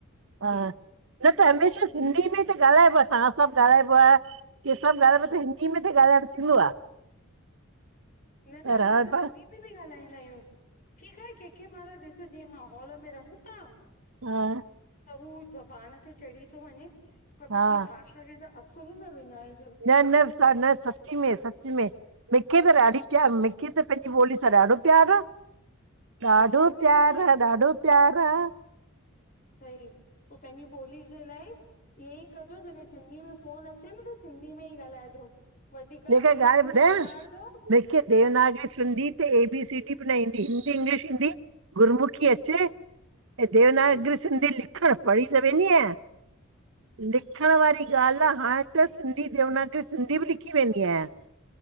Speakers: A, on the right (about 60°); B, on the left (about 40°).
A: हा न त हमेशह
B: मतिलब
A: सिंधी
B: जेका
A: में त ॻाल्हाइबो आ तव्हां सभु ॻाल्हाइबो आ कि सभु ॻाल्हाइबो त हिंदी में त ॻाल्हाइण थींदो आ।
B: न न असां
A: हाणे
B: त
A: पाण
B: सिंधी दी में ई ॻाल्हाईंदा आहियूं ठीकु आहे के के माल ॾिसजे मांहोल में रहूं था।
A: हा,
B: त हू ज़बान ते चढ़ी थो वञे पर पंहिंजी
A: हा
B: भाषा खे त असुल न विञाए
A: न न विसार न सा सच में सच में मिखे त ॾाढी प्य मिखे त पंहिंजी ॿोली सां ॾाढो प्यार आ।
B: हुजण
A: ॾाढो
B: बि
A: प्यार
B: घुरिजे
A: आहे, ॾाढो प्यार आ।
B: सही पो पंहिंजी ॿोली जे लाइ इहई कजो जॾहिं सिंधी में फ़ोन अ चे न त सिंधी में ई ॻाल्हाइजो वधीक
A: लेकिन
B: अंग्रेजी
A: ॻाल्हि ॿुधायां
B: न झाड़जो
A: मूंखे देवनागरी सिंधी ते ए बी सी डी बि ना ईंदी हिंदी इंग्लिश ईंदी गुरुमुखी अचे, ऐं देवनागरी सिंधी लिखण पढ़ी त वेंदी आहिंया लिखण वारी ॻाल्हि आ हाणे त सिंधी देवनागरी सिंधी बि लि थी वेंदी आहियां